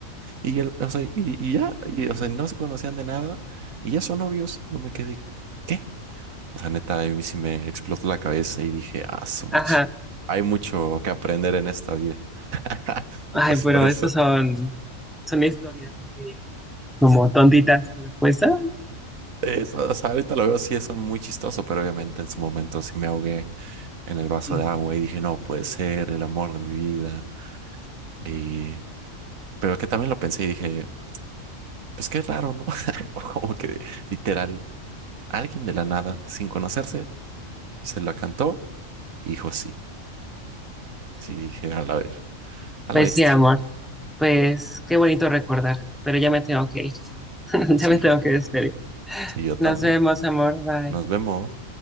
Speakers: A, on the right (about 80°); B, in the centre.
A: Y, él, o sea, y, y ya, y, o sea, no se conocían de nada y ya son novios. Yo me quedé, ¿qué? O sea, neta, a mí sí me explotó la cabeza y dije, ah, su mecha,
B: ajá.
A: Hay mucho que aprender en esta vida. <laughs> Entonces,
B: Ay, pero
A: por eso,
B: esas son, son historias así como tontitas, pero pues, ah,
A: eso, o sea, ahorita lo veo así, son muy chistoso, pero obviamente en su momento sí me ahogué en el vaso
B: sí.
A: de agua y dije, no, puede ser el amor de mi vida. Y, pero que también lo pensé y dije, Pues qué raro, ¿no? <laughs> Como que literal, alguien de la nada, sin conocerse, se la cantó y dijo sí. Sí, dije, a la ver, a
B: Pues
A: la bestia.
B: sí, amor. Pues qué bonito recordar, pero ya me tengo que ir. <laughs> Ya
A: Sí,
B: me tengo que despedir.
A: sí, yo
B: Nos
A: también.
B: vemos, amor. Bye.
A: Nos vemos.